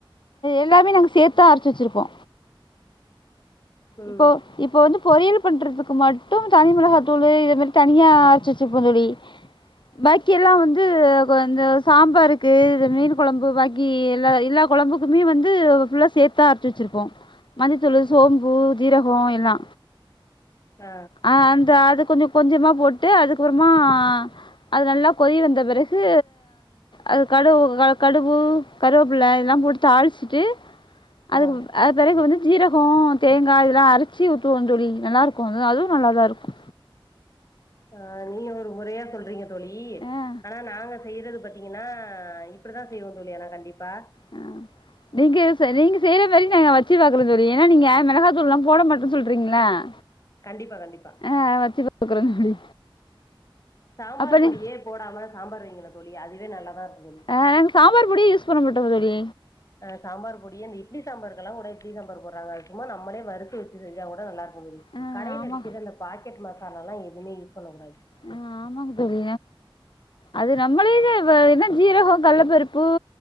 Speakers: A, on the left; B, on the left.
A: எல்லாமே நாங்க சேத்து தா அரைச்சி வெச்சிருப்போ
B: ம்
A: இப்போ இப்போ வந்து பொறியியல் பண்றதுக்கு மட்டு தனிமிளகாய்தூளு இந்த மாரி தனியா அரைச்சு வெச்சிருக்போம் தோழி பாக்கி எல்லா வந்து க்கு கொஞ்சோ சாம்பாருக்கு இந்த மீன் கொழம்பு வக்க கி எல்லா எல்லா கொழம்புக்குமே வந்து ஃபுல்லா சேத்தா அரைச்சி வெச்சிருப்போ மஞ்ச தூளு சோம் பு சிரகோ எல்லா
B: ஆ
A: ஆ அந்த அது கொஞ்ச கொஞ்சமா போட்டு அதுக்கு அப்புறமா அது நல்லா கொதி வந்த பெறகு அது கடுவு கடுவு கருவேப்பில்ல இதெல்லா போட்டு தாளீச்சிட்டு அதுக்கு
B: ஆ
A: அது பெறகு வந்து சிரகோ தேங்கா இதெல்லா அரைச்சி ஊத்துவோம் தோழி நல்லா இருக்கு அ அதுவு நல்லா தா இருக்கு
B: ஆ நீ ஒரு முறையா சொல்றீங்க தோழி
A: ஆ
B: ஆனா நாங்க செய்யிறது பாத்தீங்கன்னா இப்படித்தா செய்வோ தோழி ஆனா கண்டிப்பா
A: ஆ நீங்க சரி நீங்க செய்றா மாரி நாங்க வச்சு பாக்குறோ தோழி ஏன்னா நீங்க மிளகாய்தூள்லா போட மாட்டோ சொல்றீங்ளா <unintelligible>
B: கண்டிப்பா கண்டிப்பா
A: ஆ வச்சி பாக்குறோ தோழி
B: சாம்பார்
A: அப்ப
B: பொடியே
A: நீ
B: போடாம சாம்பார் வெய்யுங்களே தோழி அதுவே நல்லாதா இருக்கு தோழி
A: அ நாங்க சாம்பார் பொடியே யூஸ் பண்ண மாட்டோ தோழி
B: அ சாம்பார் பொடி அந்த இட்லி சாம்பார்க்கெல்லா கூட இட்லி சாம்பார் போட்றாங்க அது சும்மா நம்மளே வறுத்து வெச்சி செஞ்சா கூட நல்லா இருக்கு தோழி
A: ஆ
B: கடையில
A: ஆமா
B: விக்கிற அந்த பாக்கெட் மசாலால்லா எதுவுமே யூஸ் பண்ண கூடாது
A: அ ஆமாக்கு தோழி அது நம்மளே தா என்ன சீரகோ கல்லப்பருப்பு